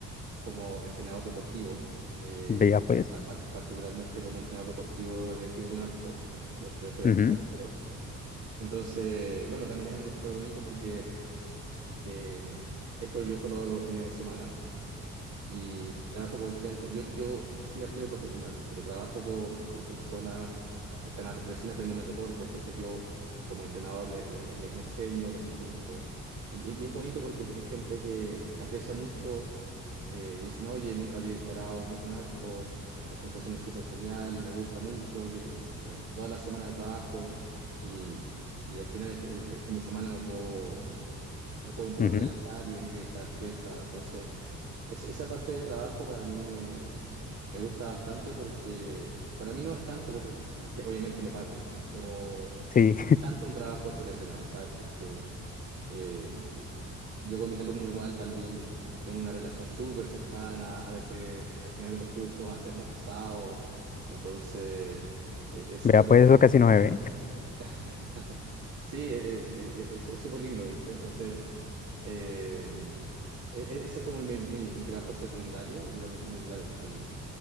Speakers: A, on the right; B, on the left.
A: como entrenador deportivo, eh,
B: Vea pues.
A: pa- pa- particularmente como entrenador deportivo de tiro con arco. Yo, yo soy
B: Ujú,
A: arque- arquero. Entonces, bueno, también es algo súper bonito porque... eh, esto yo solo hago los fines de semana, y trabajo con gente, yo, yo, yo soy arquero profesional, pero trabajo con, con personas que están ap- recién aprendiendo el deporte, entonces yo como entrenador le- le- les, enseño, les inculco. Y, y es bonito porque es es gente que aprecia mucho, eh, dicen, oye, nunca había disparado un, un arco, la sensación es súper genial, me gusta mucho, quiere- eh, toda la semana trabajo y, y al final este- el, el fin de semana me puedo, me puedo un poco
B: ujú,
A: relajar
B: ujú.
A: y venir a disparar flechas, entonces... Es- esa parte del trabajo para mí me, me gusta bastante porque para mí no es tanto, como- que, que obviamente me pagan, pero
B: Sí.
A: no es tanto un trabajo ser entrenador, ¿sabes? Porque eh, yo con mis alumnos igual también tengo una relación súper cercana, a veces al final de los cursos hacemos asado, entonces eh, es súper
B: Vea, pues eso casi no se ve.
A: <laughs> Sí, eh, eh, es es súper lindo, ¿viste? Entonces, eh, e- e- ese es como mi, mi- mi trabajo secundario. Yo también tengo, claro, ahí